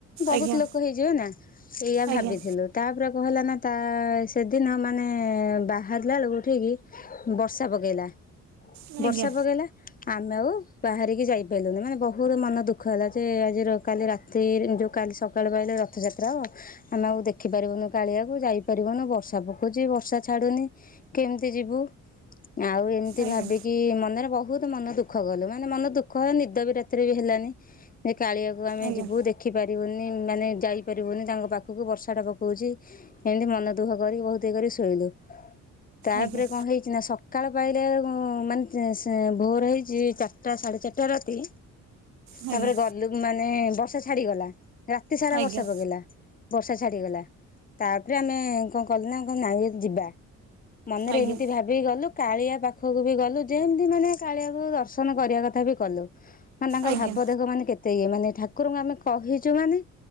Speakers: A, on the left; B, on the right.
A: ବହୁତ
B: ଆଜ୍ଞା
A: ଲୋକ ହେଇଯିବ ନା ସେଇଆ ଭାବିଥିଲୁ
B: ଆଜ୍ଞା
A: ତାପରେ କଣ ହେଲା ନା, ତା ସେଦିନ ମାନେ ବାହାରିଲା ବେଳକୁ ଉଠିକି ବର୍ଷା ପକେଇଲା।
B: ଆଜ୍ଞା
A: ବର୍ଷା ପକେଇଲା, ଆମେ ଆଉ ବାହାରିକି ଯାଇପାରିଲୁନି ମାନେ ବହୁତ ମନ ଦୁଃଖ ହେଲା। ସେ ଆଜିର କାଲି ରାତି ଯେଉଁ କାଲି ସକାଳୁ ଆଇଲେ ରଥଯାତ୍ରା ହେବ। ଆମେ ଆଉ ଦେଖି ପାରିବୁନୁ କାଳିଆକୁ ଯାଇପାରିବୁନୁ ବର୍ଷା ପକଉଛି ବର୍ଷା ଛାଡୁନି, କେମିତି ଯିବୁ ଆଉ ଏ ଏମତି
B: ଆଜ୍ଞା
A: ଭାବିକି ମନରେ ବହୁତ ମନ ଦୁଃଖ କଲୁ ମାନେ ମନ ଦୁଃଖ ହେଲା ନିଦ ବି ରାତିରେ ବି ହେଲାନି। ଯେ କାଳିଆକୁ ଆମେ
B: ଆଜ୍ଞା
A: ଯିବୁ ଦେଖିପାରିବୁନି ମାନେ ଯାଇପାରିବୁନି ତାଙ୍କ ପାଖକୁ ବର୍ଷା ଟା ପକଉଛି। ଏମତି ମନ ଦୁଃଖ କରିକି ବହୁତ ଇ କରି ଶୋଇଲୁ ତାପରେ
B: ଆଜ୍ଞା
A: କଣ ହେଇଛି ନା ସକାଳ ପାଇଲେ ବେଳୁ ମାନେ ଭୋର ହେଇଛି ଚାରିଟା ସାଢେ ଚାରିଟା ରାତି,
B: ଆଜ୍ଞା
A: ତାପରେ ଗଲୁ ମାନେ ବର୍ଷା ଛାଡିଗଲା ରାତି ସାରା
B: ଆଜ୍ଞା ଆଜ୍ଞା
A: ବର୍ଷା ପକେଇଲା। ବର୍ଷା ଛାଡିଗଲା। ତାପରେ ଆମେ କଣ କଲେ ନା କଣ ନାଇ ଯିବା। ମନରେ
B: ଆଜ୍ଞା
A: ଏମିତି ଭାବ ବି ଗଲୁ କାଳିଆ ପାଖକୁ ବି ଗଲୁ ଯେମତି ମାନେ କାଳିଆକୁ ଦର୍ଶନ କରିବା କଥା ବି କଲୁ। ମାନେ ତାଙ୍କ
B: ଆଜ୍ଞା
A: ଭାବ ଦେଖ ମାନ କେତେ ଇଏ ମାନେ ଠାକୁରଙ୍କୁ ଆମେ, କହିଛୁ ମାନେ